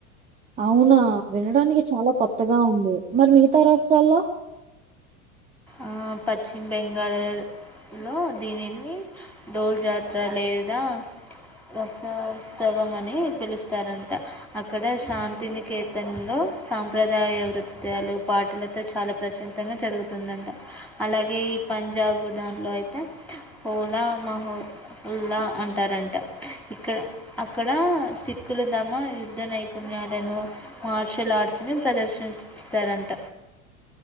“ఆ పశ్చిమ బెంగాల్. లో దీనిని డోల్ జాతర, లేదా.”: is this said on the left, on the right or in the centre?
Centre